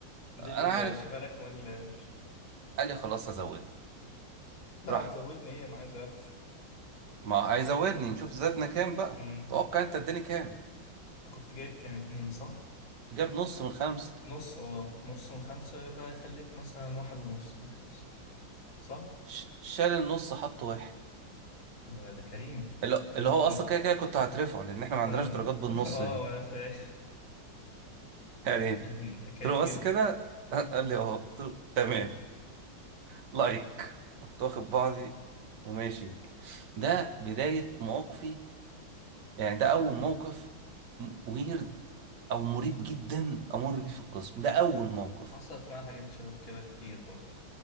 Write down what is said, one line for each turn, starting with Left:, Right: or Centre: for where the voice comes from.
Left: دي
Right: انا
Left: الإجابة
Right: عارف
Left: مالك وما الهامش
Right: قال لي خلاص هزودها
Left: لا
Right: راح
Left: هتزودني ايه انا عايز اقفل
Right: ما هيزودني نشوف زادنا كام بقى
Left: امم
Right: توقع انت اداني كام
Left: أنت كنت جايب كام اتنين صح
Right: جاب نص من خمسة
Left: نص اه نص من خمسة يبقى يخليك مثلا واحد ونص من خمسة صح
Right: ش- شال النص حط واحد
Left: لا، ده كريم
Right: اللي
Left: كريم
Right: اللي هو
Left: خالص
Right: اصلا كده كده كنت هترفعه لان احنا ما
Left: طب
Right: عندناش درجات بالنص
Left: <laughs> اه
Right: دي
Left: وانا فاهم
Right: يعني ايه
Left: <laughs> انت كريم
Right: قلت له
Left: جدا
Right: بس كده قال قال لي اه قلت له تمام لايك رحت واخد بعضي وماشي ده بداية مواقفي يعني ده اول موقف ويرد او مريب جدا امر بيه في القسم ده اول موقف
Left: حصلت معايا حاجات شبه كده كتير برضه